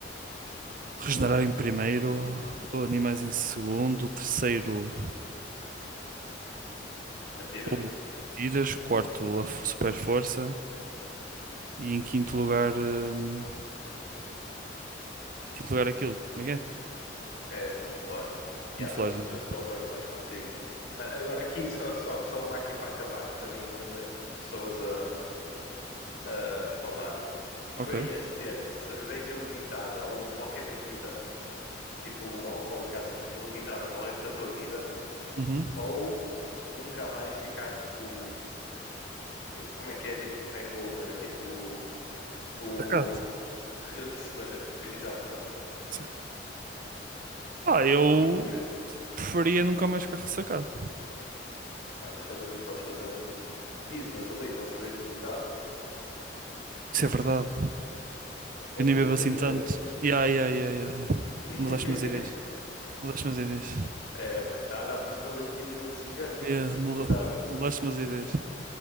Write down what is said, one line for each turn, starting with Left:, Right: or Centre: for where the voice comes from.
Right: regenerar em primeiro, o animais em segundo, o terceiro,
Left: mentiras.
Right: o tiras, quarto, a f- super força e em quinto lugar, hum, quinto lugar aquilo, como é que é?
Left: É a camuflagem. Yeah,
Right: Camuflagem,
Left: mas as pessoas
Right: exato.
Left: que concordam mais contigo. Mas agora aqui, só, só, só uma aqui para acabar, que também ouvi uma- muitas pessoas a, a falar. Preferias
Right: Ok.
Left: ter cerveja limitada ou qualquer bebida, tipo alcoólica assim, limitada para o resto da tua vida,
Right: Uhum.
Left: ou nunca mais ficar tipo, eh, como é que é, tipo hangover, é tipo, tu...
Right: Sacado.
Left: re- de- de- Exato, exato. O
Right: Saca- Pá, eu
Left: que é que preferias?
Right: preferia nunca mais ficar ressacado.
Left: Ah, mas pensa assim, podes fazer um, um business ali com cerveja limitada.
Right: Isso é verdade.
Left: Podes
Right: Eu nem
Left: ali
Right: bebo assim
Left: vender.
Right: tanto. Yeah, yeah, yeah, yeah, yeah.
Left: <laughs>
Right: Mudaste-me as ideias. Mudaste-me as ideias.
Left: É, mano, dá, dá para fazer ali um business gigante
Right: Yeah,
Left: com cerveja
Right: muda,
Left: limitada.
Right: mudaste-me as ideias.